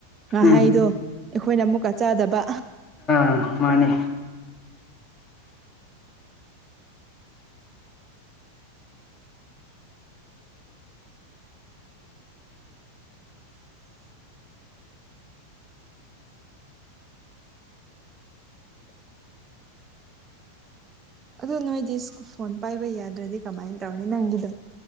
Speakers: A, on the right; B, on the left.
A: ꯉꯍꯩꯗꯣ
B: ꯎꯝ
A: ꯑꯩꯈꯣꯏꯅ ꯑꯃꯨꯛꯀ ꯆꯥꯗꯕ
B: ꯑ ꯃꯥꯅꯤ
A: ꯑꯗꯣ ꯅꯣꯏꯗꯤ <unintelligible> ꯐꯣꯟ ꯄꯥꯏꯕ ꯌꯥꯗ꯭ꯔꯗꯤ ꯀꯃꯥꯏꯅ ꯇꯧꯔꯅꯤ ꯅꯪꯒꯤꯗ